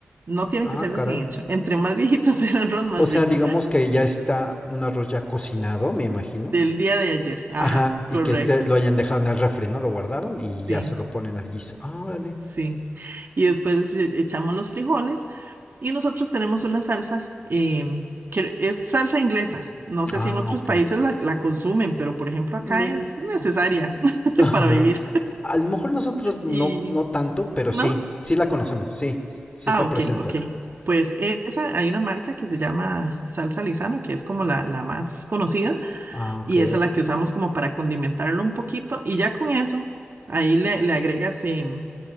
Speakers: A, on the right; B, on the left.
A: no tiene
B: Ah,
A: que ser
B: caray.
A: recién hecho. Entre más viejito <laughs> sea el arroz, más
B: O sea,
A: rico.
B: digamos que ya está un arroz ya cocinado, me imagino.
A: Del día de ayer. Ajá,
B: Ajá,
A: correcto.
B: y que este lo hayan dejado en el refri, ¿no? Lo guardaron y ya
A: Sí,
B: se lo ponen al guiso. Ah, órale.
A: sí. Y después e- echamos los frijoles y nosotros tenemos una salsa em, que es salsa inglesa. No sé
B: Ah,
A: si en otros
B: ok.
A: países la, la consumen, pero por ejemplo
B: No,
A: acá es necesaria <laughs>
B: <laughs> ajá.
A: para vivir.
B: A lo mejor nosotros no,
A: Y,
B: no tanto, pero sí,
A: ¿no?
B: sí la conocemos, sí, sí
A: Ah,
B: está
A: ok,
B: presente
A: ok.
B: acá.
A: Pues esa, hay una marca que se llama salsa Lisano que es como la, la más conocida,
B: Ah, ok.
A: y esa es la que usamos como para condimentarlo un poquito, y ya con eso, ahí le, le agregas, em,